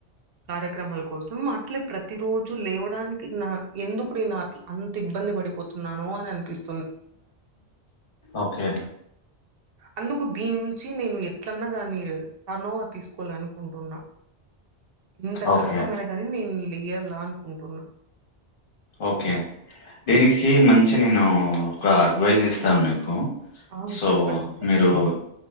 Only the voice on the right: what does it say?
కార్యక్రమాల కోసం అట్లే ప్రతి రోజు లేవడానికి నా ఎందుకు నేన అట్ల అంత ఇబ్బంది పడిపోతున్నానో అని అనిపిస్
అందుకు దీని నుంచి నేను ఎట్లన్నా కానీ టర్న్ ఓవర్ తీసుకోవాల అనుకుంటున్నా ఇంత
కష్టమైన ని నేను లేయల్ల అనుకుంటున్నా
ఆ!
చెప్పండి తప్పకుండా.